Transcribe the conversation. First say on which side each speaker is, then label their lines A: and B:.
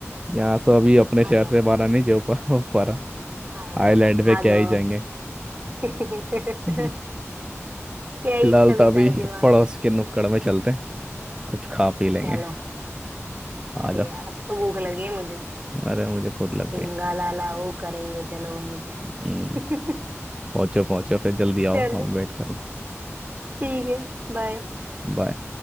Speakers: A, on the right (about 15°); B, on the right (about 35°).
A: यहाँ से अभी अपने शहर
B: आ जाओ
A: से बाहर नहीं जा पा हो पा रहा
B: आ जाओ
A: आइलैंड पे
B: आ
A: क्या
B: जाओ
A: ही जाएंगे
B: <laughs>
A: <laughs>
B: क्या ही
A: फिलहाल
B: चलता
A: तो अभी
B: है दिमाग
A: पड़ोस
B: में
A: के नुक्कड़ में चलते हैं कुछ खा पी लेंगे
B: चलो
A: आ
B: अरे
A: जाओ
B: यार अब तो भूख लगी है मुझे
A: अरे मुझे खुद लग
B: चिंगा
A: गई
B: लाला वो करेंगे चलो वहीं
A: हम्म,
B: पे <laughs>
A: पहुंचो पहुंचो फिर जल्दी
B: चलो
A: आओ हम वेट करो
B: ठीक है बाय
A: बाय